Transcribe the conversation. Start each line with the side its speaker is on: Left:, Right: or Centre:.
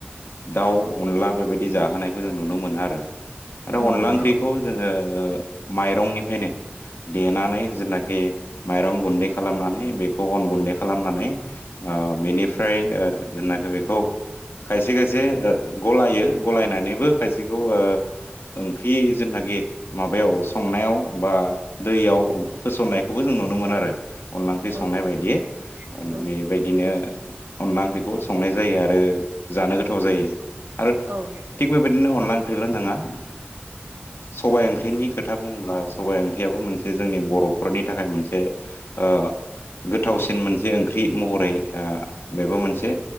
Left: दाउ अनला बेबायदि जाहोनो नायखौ जों नुनो मोनो आरो
Right: औ
Left: अनला
Right: नंगौ
Left: ओंख्रिखौ जोङो माइरंनिफ्रायनो देनानै जेनाखि माइरं गुन्दै खालामनानै बेखौ अन गुन्दै खालामनानै बेनिफ्राय जेनाखि बेखौ खायसे खायसे गलायो गलायनानैबो खायसेखौ ओ ओंख्रि जेनाखि माबायाव संनायाव बा दैयाव होसननायखौबो जों नुनो मोन आरो अनला ओंख्रि संनाय
Right: औ
Left: बायदियै
Right: नोंथां
Left: आरो
Right: औ
Left: बेबायदिनो अनला ओंख्रिखौ संनाय जायो आरो जानो गोथाव जायो आरो
Right: औ
Left: थिग बेबायदिनो अनला ओंख्रैल नङा सबाइ ओंख्रिनि खोथा बुङोब्ला सबाइ ओंख्रियाबो मोनसे जोंनि बर'फोरनि थाखाय मोनसे ओ गोथावसिन मोनसे ओंख्रि महरै बेबो मोनसे